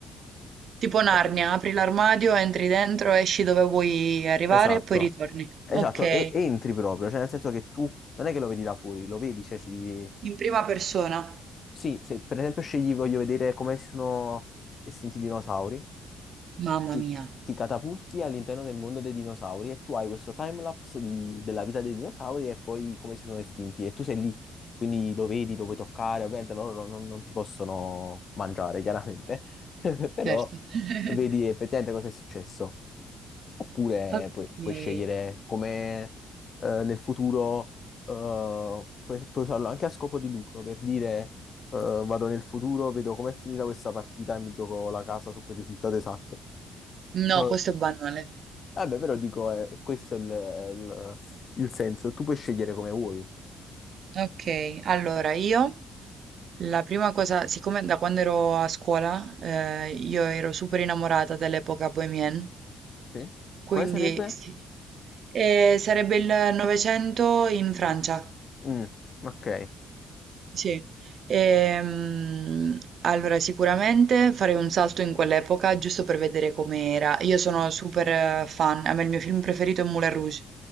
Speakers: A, on the right; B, on the left.
A: Tipo Narnia,
B: Eh,
A: apri l'armadio, entri dentro, esci dove vuoi arrivare
B: Esatto,
A: e poi ritorni.
B: esatto,
A: Okay,
B: e e entri proprio, cioè nel senso che tu non è che lo vedi da fuori, lo vedi, cioè ci-
A: in prima persona.
B: Sì, se per esempio scegli, voglio vedere come si sono estinti i dinosauri,
A: Mamma
B: ti,
A: mia,
B: ti catapulti all'interno del mondo dei dinosauri e tu hai questo timelapse di- della vita dei dinosauri e poi come si sono estinti e tu sei lì, quindi lo vedi, lo puoi toccare, ovviamente loro non, non- non ti possono mangiare, chiaramente, <laughs> però
A: certo. <laughs>
B: vedi effettivamente cosa è successo. Oppure
A: Okay.
B: puoi, puoi scegliere come eh, nel futuro, eh, puoi, puoi usarlo anche a scopo di lucro, per dire eh, vado nel futuro, vedo com'è finita questa partita e mi gioco la casa su quel risultato esatto.
A: No,
B: No,
A: questo è banale.
B: vabbè, però dico, eh, questo è il, il- il senso, tu puoi scegliere come vuoi.
A: Okay, allora io la prima cosa siccome da quando ero a scuola, ehm, io ero super innamorata dell'epoca bohemienne,
B: Sì.
A: quindi
B: Quale sarebbe?
A: sì. Ehm, sarebbe il Novecento in Francia.
B: Mm, ok.
A: Sì, Ehm, allora sicuramente farei un salto in quell'epoca giusto per vedere com'era. Io sono super eh, fan, a me il mio film preferito è Moulin Rouge,